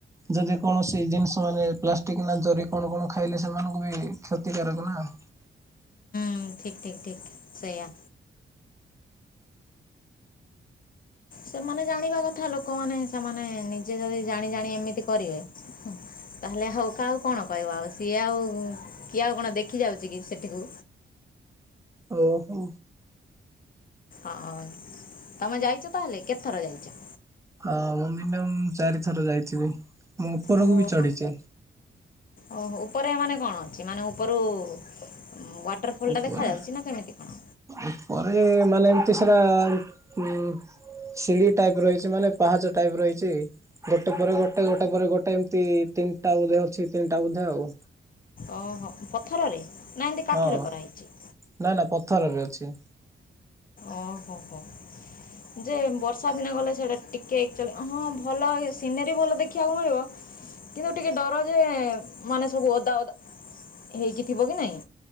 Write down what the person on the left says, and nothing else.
ହୁଁ ଠିକ୍ ଠିକ୍ ଠିକ୍ ସେଇଆ। ସେମାନେ ଜାଣିବା କଥା ଲୋକମାନେ ସେମାନେ ନିଜେ ଯଦି ଜାଣି ଜାଣି ଏମିତି କରିବେ ତାହେଲେ ହୋଉ କାହକୁ କଣ କହିବ ଆଉ ସିଏ ଆଉ କିଏ ଆଉ କଣ ଦେଖି ଯାଉଛି କି ସେଠିକୁ।
ଅଁ, ତୋମେ ଯାଇଛ ତାହେଲେ କେତେଥର ଯାଇଚ?
ଓହୋ।
ଓହୋ, ଉପରେ ମାନେ କଣ ଅଛି? ମାନେ ଉପରୁ ଉଁ, ୱା ଟରଫଲ୍
ଟା ଦେଖାଯାଉଛି ନା କେମିତି କଣ?
ଓହୋ, ପଥରରେ ନା ଏମିତି କାଠରେ
କରାହେଇଛି?
ଓ ହୋ ହୋ।
ଯେ ବର୍ଷା ଦିନ ଗଲେ ସେଇଟା ଟିକିଏ ଏକ୍ଚଲି ହଁ ଭଲ ବି ସିନେରୀ ଭଲ ଦେଖିବାକୁ ମିଳିବ। କିନ୍ତୁ ଟିକେ ଡର ଯେ ମାନେ ସବୁ ଓଦାଓଦା ହେଇକି ଥିବ କି ନାଇଁ?